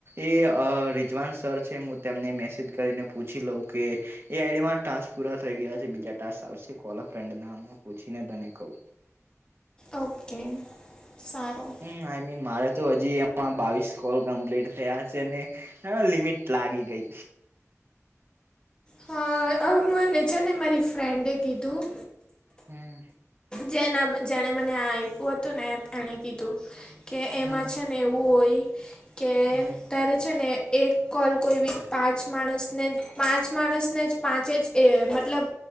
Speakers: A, on the right; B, on the left.
A: એ રિઝવાન સર છે હું તેમને મેસેજ કરીને પૂછી લઉં કે એ આઈડીમાં ટાસ પુરા થઈ ગયા છે બીજા ટાસ આવશે કોલ અ ફ્રેન્ડના હું પૂછીને તને કવુ.
B: ઓકે, સારું.
A: આઈમીન મારે તો હજી એમાં બાવીસ કોલ કમ્પ્લીટ થયા છે ને હા લિમિટ લાગી ગઈ
B: હ, હ મને છેને મારી ફ્રેન્ડે કીધું.
A: હમ.
B: જેના જેણે મને આ આપ્યું હતું ને એણે કીધું કે એમાં
A: હમ
B: છેને એવું હોય કે
A: હમ
B: તારે છેને એક કોલ કોઈબી પાંચ માણસને જ પાંચ માણસને જ પાંચે જ એ મતલબ